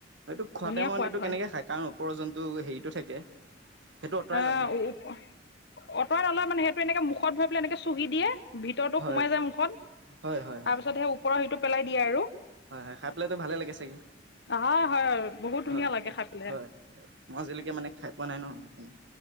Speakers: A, on the right (about 80°); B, on the left (about 65°).
A: এইটো খোৱা
B: ধুনীয়া
A: টাইমত
B: সোৱাদ
A: এইটো
B: হয়
A: কেনেকে খাই কাৰণ ওপৰ জন্তটো হেৰিতটো থাকে। সেইটো আঁতৰাই
B: অ' অঁতৰাই
A: লয় ন
B: নলয় মানে সেইটো এনেকে মুখত ভৰি পেলাই এনেকে চুহি দিয়ে। ভিতৰতো
A: হয়
B: সোমাই যায়। মুখত
A: হয় হয় হয়
B: তাৰপিছত সেই ওপৰৰ সিটো পেলাই দিয়ে আৰু।
A: হয় হয়। খাই পেলাইতো ভালে লাগি চাগে।
B: হয় হয় বহুত
A: হয়
B: ধুনীয়া লাগে খাই পেলাই
A: হয় হয়। মই আজিলৈকে মানে খাই পোৱা নাই ন। সেইকাৰণে